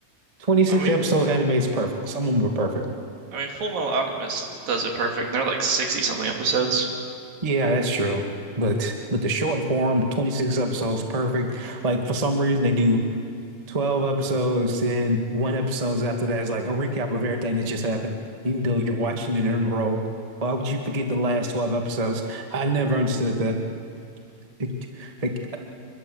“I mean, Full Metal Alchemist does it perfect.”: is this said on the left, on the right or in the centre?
Right